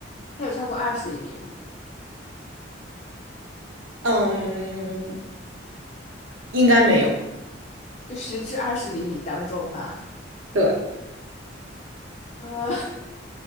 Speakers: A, on the left (about 35°); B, on the right (about 85°).
A: 它有超过二十厘米吗？
B: 嗯，应该没有。
A: 就十至二十厘米当中的。
B: 对
A: 呃，